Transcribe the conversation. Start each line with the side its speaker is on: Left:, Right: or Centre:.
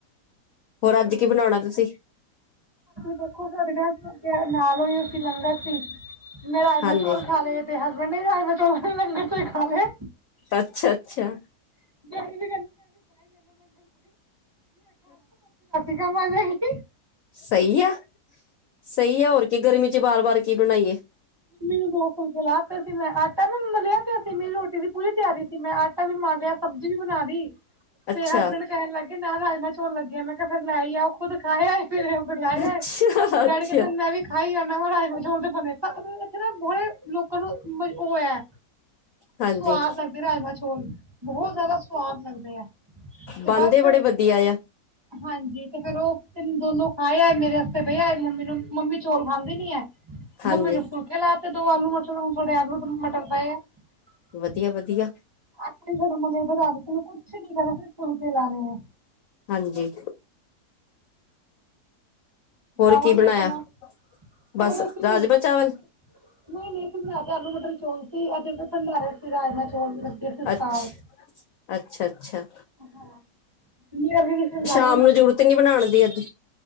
Left: ਹੋਰ ਅਆੱਜ ਕੀ ਬਣਾਓਣਾ ਤੁਸੀਂ?
Right: ਦੇਖੋ, ਸਾਡੇ ਘਾਰ ਜੇੜਾ, ਨਾਲ ਓਈ ਓ ਸੀ ਲੰਗਰ ਸੀ ਮੈਂ ਰਾਜਮਾਂ
Left: ਹਾਂਜੀ
Right: ਚੋਲ ਖਾ ਲੇ। ਤੇ ਹਸਬੈਂਡ ਨੇ ਵੀ ਰਾਜਮਾ ਚੋਲ ਲੰਗਰ ਚੋਂ ਈ ਖਾ ਲੇ।
Left: ਅੱਛਾ-ਅੱਛਾ।
Right: <inaudible> ਕੀ ਕੰਮ ਆ ਜਾਏਗੀ।
Left: ਸਈ ਆ, ਸਈ ਆ ਹੋਰ ਕੀ ਗਰਮੀ ਚ ਬਾਰ ਬਾਰ ਕੀ ਬਣਾਈਏ।
Right: ਮੰਮੀ ਨੂੰ ਦੋ ਫੁਲਕੇ ਲਾਤੇ ਸੀ ਮੈਂ ਆਟਾ ਵੀ ਮੇ ਮਲੇਆ ਤੇ ਮੇਰੀ ਰੋਟੀ ਦੀ ਪੂਰੀ ਤੇਆਰੀ ਤੇ ਮੈਂ ਆਟਾ ਵੀ ਮਾੱਲ ਲੇਆ ਸਬਜੀ ਵੀ ਬਨਾ ਲੀ।
Left: ਅੱਛਾ
Right: ਤੇ ਹਸਬੈਂਡ ਕੈਨ ਲੱਗੇ ਨਾਲ ਰਾਜਮਾ ਚੋਲ ਲੱਗੇ ਆ, ਮੈਂ ਕੇਯਾ, ਫੇਰ ਲੈ ਈ ਆਓ ਖੁੱਦ ਖਾ ਆਏ। ਫਿਰ ਏਹੋ ਬਨਾਏਆ
Left: ਅੱਛਾ
Right: ਏ, ਡੈਡੀ
Left: ਅੱਛਾ
Right: ਕੈਂਦੇ ਮੈਂ ਵੀ ਖਾਈ ਆਨਾ ਰਾਜਮਾ ਚੋਲ ਤੇ ਬਨੇ ਫੇਰ ਏਥੇ ਨਾ <unintelligible> ਲੋਕਾਂ ਨੂੰ, ਮ ਓ ਐ।
Left: ਹਾਂਜੀ
Right: ਸਵਾਦ ਲਾਗਦੇ ਰਾਜਮਾ, ਚੋਲ ਬਹੋਤ ਜਾਦਾ ਸਵਾਦ ਲਗਦੇ ਆ। ਤੇ
Left: ਬਾਨ
Right: ਬਸ
Left: ਦੇ
Right: ਫਿਰ
Left: ਬੜੇ ਵਦਿਆ ਯਾ।
Right: ਹਾਂਜੀ, ਤੇ ਫੇਰ ਓ ਤਿਨ, ਦੋਨੋ ਖਾ ਆਏ ਮੇਰੇ ਵਾਸਤੇ ਬੇ ਆਏ, ਮੰਮੀ ਨੂੰ ਮੰਮੀ ਚੋਲ ਖਾਂਦੀ ਨੀ ਐ।
Left: ਹਾਂਜੀ
Right: ਮੰਮੀ ਨੂੰ ਫੁਲਕੇ ਲਾ ਤੇ ਦੋ ਆਲੂ ਨਾ ਦੂਪੈਰ ਨੂੰ ਤਾ ਆਲੂ ਮਟਰ ਪਏ ਆ। <unintelligible>
Left: ਵਧੀਆ ਵਧੀਆ
Right: ਕੁਛ ਨੀ ਕਰਨਾ ਸਿਰਫ ਫੁਲਕੇ ਲਾਨੇ ਆ।
Left: ਹਾਂਜੀ। ਹੋਰ
Right: ਆਵਾਂਗੇ
Left: ਕੀ ਬਣਾਇਆ
Right: ਅਪਨਾ <unintelligible>
Left: ਬਸ ਰਾਜਮਾਂ ਚਾਵਲ
Right: ਨਈ-ਨਈ <unintelligible> ਆਲੂ, ਮਟਰ, ਚੋਲ ਸੀ ਆਜ ਐਦਰ ਤਾ ਭੰਡਾਰਾ ਰਾਜਮਾ, ਚੋਲ ਲੱਗੇ ਸੀ ਸਟਾਲ,
Left: ਅੱਛਾ ਅੱਛਾ ਅੱਛਾ
Right: ਹਾਂ। <inaudible>
Left: ਥੋਨੂੰ ਜਰੂਤ ਨੀ ਬਣਾਨ ਦੀ ਆੱਜ।